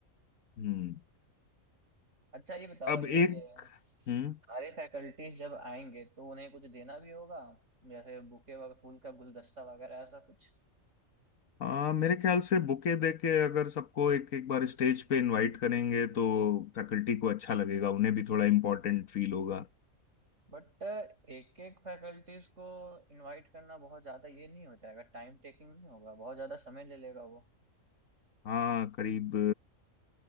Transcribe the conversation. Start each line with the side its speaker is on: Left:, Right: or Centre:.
Left: हम्म
Right: अच्छा ये बताओ
Left: अब
Right: ये
Left: एक
Right: सारे
Left: हम्म
Right: फैकल्टीज जब आएंगे तो उन्हें कुछ देना भी होगा जैसे बुके वगैरह फूल का गुलदस्ता वगैरह ऐसा कुछ
Left: हाँ मेरे ख्याल से बुके दे के अगर सबको एक एक बार स्टेज पे इनवाइट करेंगे तो फैकल्टी को अच्छा लगेगा उन्हें भी थोड़ा इम्पोर्टेंट फील होगा
Right: बट एक एक फैकल्टीज को इनवाइट करना बहुत ज्यादा ये नहीं हो जाएगा टाइम टेकिंग नहीं होगा बहुत ज्यादा समय ले लेगा वो
Left: हाँ करीब